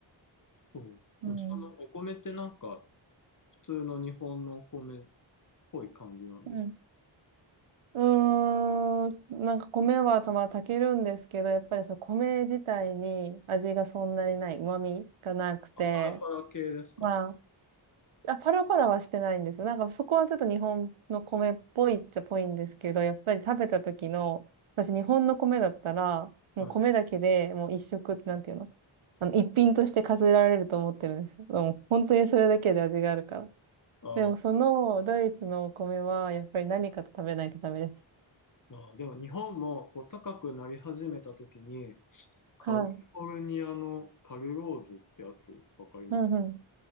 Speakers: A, on the left (about 40°); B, on the right (about 85°).
A: そう。
B: うん。
A: でもそのお米ってなんか普通の日本のお米っぽい感じなんですか
B: うん。うーん、なんか米はたまあ炊けるんですけど、やっぱりその米自体に味がそんなにない、旨味がなくて、
A: あパラパラ系ですか
B: まあ、あ、パラパラはしてないんですよ。なんかそこはちょっと日本の米っぽいっちゃぽいんですけど、やっぱり食べた時の、私日本の米だったら、もう米だけでもう一食、
A: はい。
B: なんていうのあの、一品として数えられると思ってるんですよ。もう本当にそれだけで味があるから。
A: あー
B: でもそのドイツのお米はやっぱり何かと食べないとダメです。
A: あー、でも日本もこう高くなり始めた時にカリフォルニアのカルローズってやつわかります
B: はい。うんう